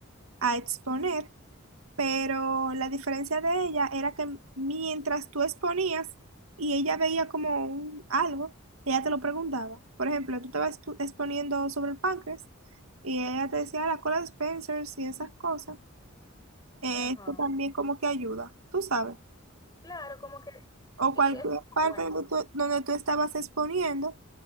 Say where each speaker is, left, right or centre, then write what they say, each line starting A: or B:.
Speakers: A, on the right; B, on the left.
A: a exponer, pero la diferencia de ella era que mientras tú exponías y ella veía como un, algo, ella te lo preguntaba. Por ejemplo, tú estabas expo- exponiendo sobre el páncreas y ella te decía "Ah, la cola de Spencer y esas cosas. Eh,
B: Ajá.
A: Esto también como que ayuda, tú sabes.
B: Claro, como que,
A: o
B: y
A: cualquier
B: eso es
A: parte
B: bueno.
A: donde tú, donde tú estabas exponiendo,